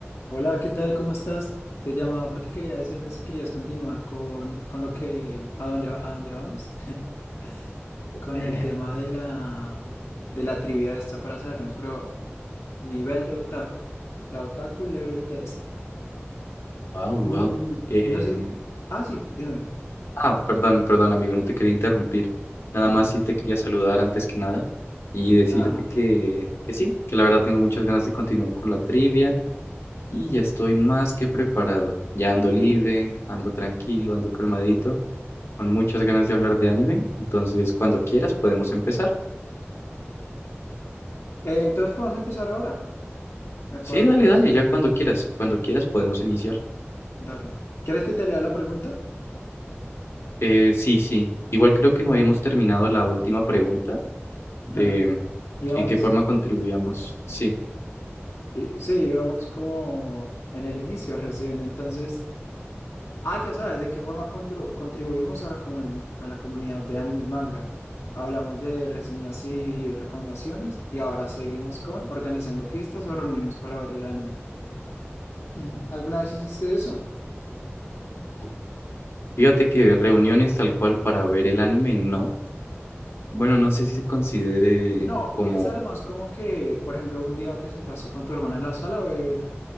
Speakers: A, on the left (about 80°); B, on the left (about 70°).
A: Hola, ¿qué tal? ¿Cómo estás? Te llamaba porque quería decirte si querías continuar con, con lo que, a dónde, a dónde vamos, <laughs> con
B: <laughs>
A: el tema de la, de la trivia esta para saber nuestro nivel de otaku, la otaku level test.
B: Wow,
A: Mm,
B: wow. Eh,
A: no sé, ah, sí, dime.
B: ah, perdón, perdón, amigo, no te quería interrumpir. Nada
A: <laughs>
B: más sí te quería saludar antes que nada y decirte
A: Ah,
B: que, que sí, que la verdad tengo muchas ganas de continuar con la trivia y ya estoy más que preparado. Ya ando libre, ando tranquilo, ando calmadito, con muchas ganas de hablar de anime. Entonces, cuando quieras podemos empezar.
A: eh, entonces vamos a empezar ahora, me,
B: Sí,
A: pa- me
B: dale,
A: parece
B: dale,
A: muy
B: ya
A: bien,
B: cuando quieras, cuando quieras podemos iniciar.
A: dale. ¿Quieres que te lea la pregunta?
B: Eh, sí, sí. Igual creo que no habíamos terminado la última pregunta, de
A: <laughs> Y vamos,
B: en qué forma contribuíamos. Sí.
A: y- sí, vamos como en el inicio recién, entonces... Ah, ya sabes de qué forma contro- contribuimos a la, comu- a la comunidad de anime y manga. Hablamos de reseñas y recomendaciones y ahora seguimos con organizando fiestas o reuniones para ver el anime. <clears throat> ¿Alguna vez hiciste eso?
B: Ok. Fíjate que reuniones tal cual para ver el anime, no. Bueno, no sé si se considere
A: No,
B: como...
A: piénsalo más como que, por ejemplo, un día te sentaste con tu hermana en la sala a ver